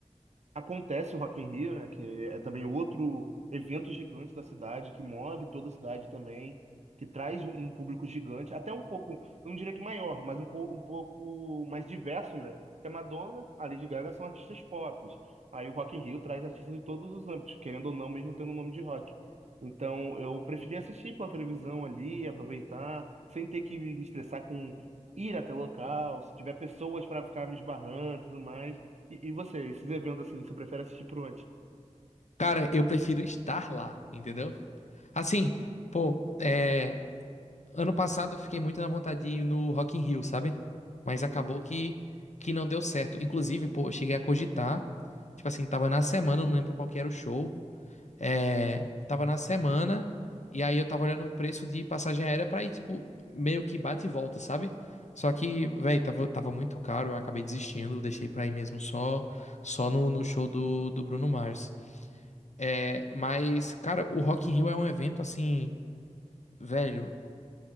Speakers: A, on the right; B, on the left.
A: acontece o Rock in Rio, né? Que é também outro evento gigante da cidade, que move toda a cidade também, que traz um público gigante, até um pouco, eu não diria que maior, mas um, pou- um pouco mais diverso, né? Que a Madonna, a Lady Gaga são artistas pop. Aí o Rock in Rio traz artistas de todos os âmbitos, querendo ou não, mesmo tendo o nome de rock. Então eu preferi assistir pela televisão ali, aproveitar, sem ter que me estressar com ir até local, se tiver pessoas para ficar me esbarrando e tudo mais. E, e você, esses eventos assim, você prefere assistir por onde?
B: Cara, eu prefiro estar lá, entendeu? Assim, pô, é. Ano passado eu fiquei muito na vontade de ir no Rock in Rio, sabe? Mas
A: Uhum.
B: acabou que, que não deu certo. Inclusive, pô, eu cheguei a cogitar. Tipo assim, tava na semana, não lembro qual que era o show. É, tava na semana, e aí eu tava olhando o preço de passagem aérea pra ir, tipo, meio que bate e volta, sabe? Só que, véi, tava, tava muito caro, eu acabei desistindo, deixei pra ir mesmo só, só no, no show do, do Bruno Mars. É, mas, cara, o Rock in Rio é um evento assim, velho